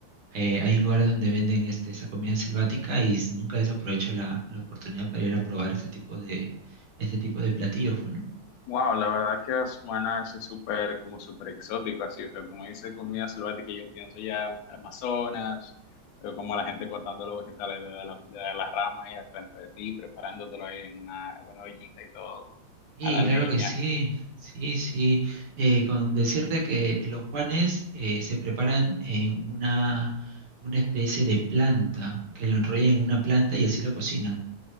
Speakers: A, on the right; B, on the left.
A: eh, hay lugares donde venden este, esa comida selvática y s- nunca desaprovecho la, la oportunidad para ir a probar este tipo de, este tipo de platillos, pues, ¿no?
B: Wow, la verdad que suena eso súper, como súper exótico, así, o sea, como dice comida selvática, yo pienso ya al Amazonas, pero como la gente cortando los vegetales de la, de las ramas ahí al frente de ti, preparándotelo ahí en una, en una ollita y todo,
A: Sí,
B: a la leña.
A: claro que sí, sí, sí. Eh, con decirte que los Juanes eh, se preparan en una, una especie de planta, que lo enrollan en una planta y así lo cocinan.